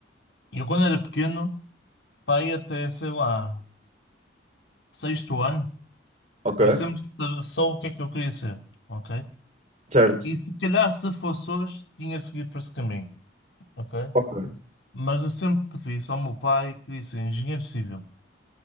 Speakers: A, on the left; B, on the right.
A: Eu, quando era pequeno, pá, ia até, sei lá, sexto ano,
B: Ok,
A: eu sempre sa- soube o que é que eu queria ser, ok?
B: certo.
A: E se calhar, se fosse hoje, tinha seguido por esse caminho, ok?
B: Ok,
A: Mas eu sempre pedi isso ao meu pai que disse engenheiro civil.